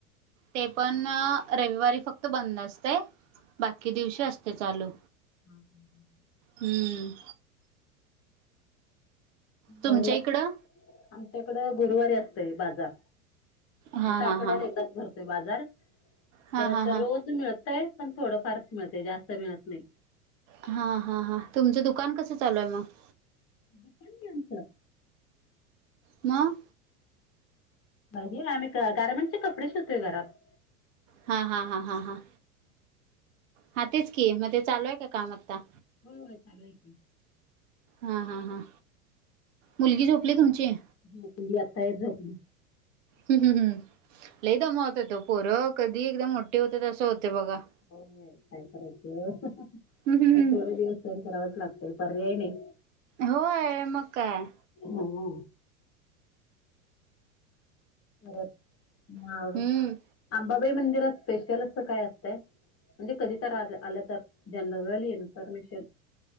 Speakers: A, on the right (about 65°); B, on the left (about 35°).
A: ते पण रविवारी फक्त बंद असतय, बाकी दिवशी असतय चालू.
B: हा- हा-हा.
A: हम्म तुमच्या
B: हो <unintelligible>
A: इकडं
B: आमच्याकडं गुरुवारी असतय बाजार.
A: हा
B: आमचा
A: हा
B: आठवड्यात
A: हा
B: एकदाच भरतोय बाजार
A: हा
B: परत
A: हा हा
B: रोज मिळतय. पण थोडं फारच मिळतय जास्त मिळत नाही.
A: हा -हा- हा. तुमचं दुकान कसं चालूय मग?
B: दुकान नाही आमचं.
A: म?
B: ही <unintelligible> गारमेंटची कपडे शिवतोय घरात.
A: हा -हा -हा -हा- हा. हा तेच की मग ते चालू हाय का काम आता?
B: होय होय चालू आहे की.
A: हा हा हा. मुलगी झोपली तुमची?
B: झोपली. आताय झोपली.
A: हम्म हम्म लयं दमवत्यात ओ पोर. कधी एकदा मोठी होत्यात अस होतय बघा.
B: हो काय करायचं.
A: हम्म हम्म
B: एक
A: हम्म
B: थोडे दिवस सहन करावंच लागतय. पर्याय नाही.
A: होय मग काय.
B: हो हो परत मग
A: हम्म
B: अंबाबाई मंदिरात स्पेशल अस काय असत? म्हणजे कधी तर आज आलं तर. जनरल इन्फर्मेशन